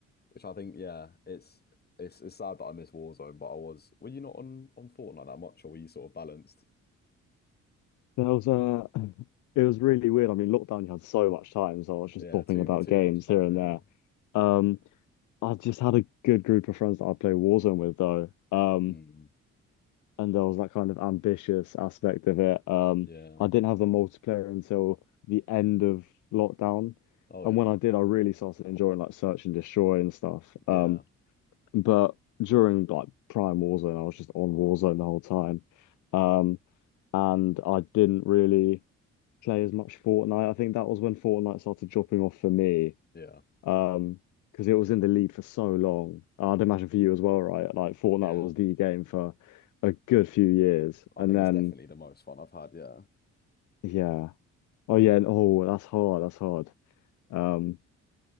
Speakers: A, on the left; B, on the left.
A: which I think, yeah, it's it's it's sad that I miss Warzone, but I was were you not on on Fortnite that much or were you sort of balanced?
B: there was uh <laughs> it was really weird. I mean lockdown you had so much time, so I was just
A: Yeah,
B: bopping
A: too
B: about
A: mu- too
B: games
A: much time,
B: here and
A: yeah.
B: there. Um I just had a good group of friends that I play Warzone with though. Um
A: Mm.
B: and there was that kind of ambitious aspect of it. Um,
A: Yeah.
B: I didn't have the multiplayer until the end of lockdown,
A: Oh
B: and
A: yeah.
B: when I did, I really started enjoying like Search and Destroy and stuff.
A: Yeah.
B: Um, but during like Prime Warzone, I was just on Warzone the whole time, um, and I didn't really play as much Fortnite. I think that was when Fortnite started dropping off for me.
A: Yeah.
B: Um, because it was in the lead for so long. I'd imagine for you as well, right? Like Fortnite
A: Yeah.
B: was the game for a good few years.
A: I
B: And
A: think
B: then
A: it's definitely the most fun I've had, yeah.
B: yeah. Oh yeah, and oh that's hard, that's hard. Um